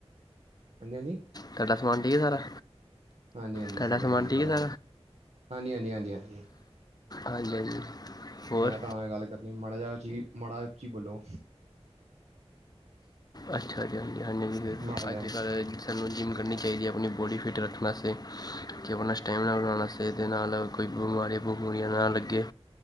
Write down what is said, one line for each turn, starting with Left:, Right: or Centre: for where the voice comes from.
Right: ਅਂਕਲ ਜੀ।
Left: ਤੁਹਾਡਾ ਸਮਾਨ ਠੀਕ ਐ ਸਾਰਾ?
Right: ਹਾਂਜੀ- ਹਾਂਜੀ
Left: ਤੁਹਾਡਾ
Right: ਸ
Left: ਸਮਾਨ
Right: ਠੀਕ ਐ ਸਾਰਾ
Left: ਹੈ
Right: ਕੁਛ। ਹਾਂਜੀ- ਹਾਂਜੀ, ਹਾਂਜੀ- ਹਾਂਜੀ।
Left: ਹਾਂਜੀ- ਹਾਂਜੀ। ਹੋਰ
Right: ਮੈਂ ਤਾਂ ਐ ਗੱਲ ਕਰਨੀ ਮਾੜਾ ਜਾ ਚੀ ਮਾੜਾ ਉਚੀ ਬੋਲੋ।
Left: ਅੱਛਾ ਜੀ ਹਾਂਜੀ- ਹਾਂਜੀ ਫੇਰ
Right: ਮਾੜਾ ਜਿਹਾ
Left: ਅੱਜ ਕੱਲ ਸਾਨੂੰ ਜਿੰਮ ਕਰਨੀ ਚਾਹੀਦੀ ਐ ਅਪਣੀ ਬੋਡੀ ਫਿਟ ਰੱਖਣ ਵਾਸ ਤੇ, ਤੇ ਅਪਣਾ ਸਟੈਮਨਾ ਬਣਾਣ ਆਸਤੇ ਤੇ ਨਾਲ- ਨਾਲ ਕੋਈ ਬਮਾਰੀਆਂ- ਬਮੂਰੀਆਂ ਨਾ ਲਗ ਗੇ